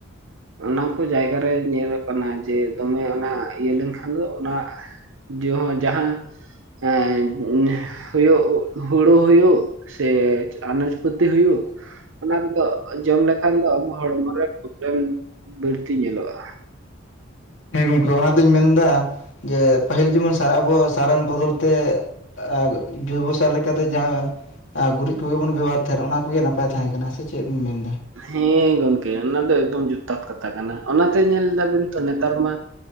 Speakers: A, on the right; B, on the left.
A: ᱚᱱᱟ ᱠᱚ ᱡᱟᱭᱜᱟ ᱨᱮ ᱧᱮᱞ ᱠᱟᱱᱟ ᱡᱮ, ᱫᱚᱢᱮ ᱚᱱᱟ ᱤᱭᱟᱹ ᱞᱮᱱᱠᱷᱟᱱ ᱫᱚ ᱚᱱᱟ ᱡᱚ ᱦᱚᱸ ᱡᱟᱦᱟᱸ ᱦᱮᱸ, ᱦᱳᱭᱳᱜ, ᱦᱳᱲᱳ ᱦᱳᱭᱳᱜ ᱥᱮ ᱟᱱᱟᱡᱽ ᱠᱷᱚᱛᱤ ᱦᱳᱭᱳᱜ, ᱚᱱᱟ ᱨᱮᱫᱚ ᱡᱚᱢ ᱞᱮᱠᱷᱟᱱ ᱫᱚ ᱟᱵᱚ ᱦᱚᱲᱢᱚ ᱨᱮ ᱯᱨᱚᱵᱞᱮᱢ ᱵᱟᱹᱲᱛᱤ ᱧᱮᱞᱚᱜᱼᱟ᱾
B: ᱦᱮᱸ ᱜᱚᱢᱠᱮ ᱚᱱᱟᱛᱤᱧ ᱢᱮᱱᱫᱟ, ᱡᱮ ᱯᱟᱹᱦᱤᱞ ᱡᱮᱢᱚᱱ ᱥᱟᱨ ᱨᱟᱱ ᱟᱵᱚ ᱥᱟᱨ ᱨᱟᱱ ᱵᱚᱫᱚᱞ ᱛᱮ ᱟᱨ ᱡᱳᱭᱵᱚ ᱥᱟᱨ ᱞᱮᱠᱟᱛᱮ ᱡᱟᱦᱟᱸ ᱟᱨ ᱜᱩᱨᱤᱡ ᱠᱚᱜᱮ ᱵᱚᱱ ᱵᱮᱵᱚᱦᱟᱨ ᱛᱟᱦᱮᱸᱫ, ᱚᱱᱟ ᱠᱚᱜᱮ ᱱᱟᱯᱟᱭ ᱛᱟᱦᱮᱸ ᱠᱟᱱᱟ ᱥᱮ ᱪᱮᱫ ᱵᱤᱱ ᱢᱮᱱᱫᱟ?
A: ᱦᱮᱸ ᱜᱚᱢᱠᱮ ᱚᱱᱟ ᱫᱚ ᱮᱠᱫᱚᱢ ᱡᱚᱛᱷᱟᱛ ᱠᱟᱛᱷᱟ ᱠᱟᱱᱟ, ᱚᱱᱟᱛᱮ ᱧᱮᱞ ᱫᱟᱵᱤᱱ ᱛᱚ ᱱᱮᱛᱟᱨ ᱢᱟ